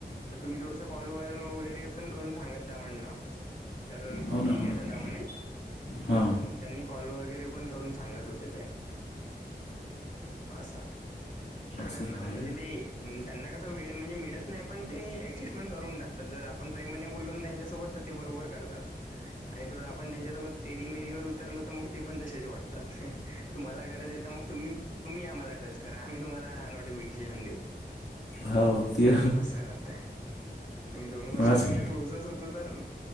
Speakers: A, on the left (about 50°); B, on the left (about 80°).
A: तर तुम्ही थोडंसं कॉल वॉल वगैरे करून सांगत जा म्हणल तर
B: हो ना
A: ठीक
B: हो
A: आहे
B: ना
A: दादा मणे
B: हा
A: मग त्यांनी कॉल वगैरे पण करून सांगत होते त्या असा सगळ्यांना
B: असं झालंय
A: म्हणजे ते त्यांना कस वेळ म्हणजे मिळत नाही पण ते ऍडजस्टमेंट करून टाकत तर जर आपण प्रेमाने बोललो त्यांच्यासोबत तर ते बरोबर करतात. आणि थोडं आपण त्यांच्यासोबत तेरी मेरीवर उतरलो तर मग ते पण तसेच वागतात तुम्हाला गरज आहे तर मग तुम्ही तुम्ही आम्हाला टच करा आम्ही तुम्हाला नोटिफिकेशन देऊ.
B: हाव ती
A: तरते तर मी दोन वर्ष
B: असं
A: त्यांच्या क्लोजच होतो तर